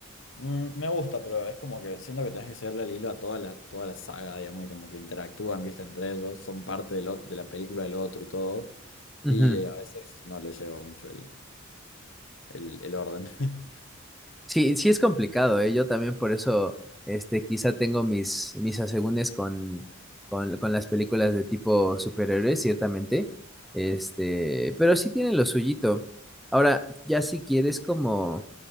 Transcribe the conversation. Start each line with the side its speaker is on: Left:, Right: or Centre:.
Left: Mm, me gusta, pero es como que siento que tenés que seguirle el hilo a toda la, toda la saga, digamos, y como que interactúan, viste, entre ellos, son parte del, ot- de la película del otro y todo,
Centre: Ujú.
Left: y eh, a veces no le llevo mucho el, el, el orden. <laughs>
Centre: Sí, sí es complicado, ¿eh? Yo también por eso, este, quizá tengo mis, mis asegúnes con, con, con las películas de tipo superhéroes, ciertamente, este, pero sí tienen lo suyito. Ahora, ya si quieres como,